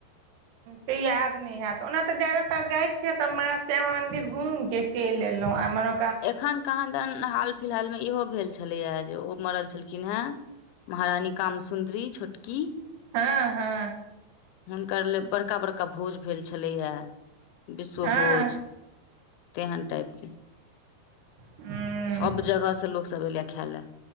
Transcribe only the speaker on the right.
त याद नै हैयत ओना तऽ जादातर जाय छिय तऽ माँ श्यामा मंदिर घूम के चेल एलो आ मर
हँ हँ
हँ
हूँ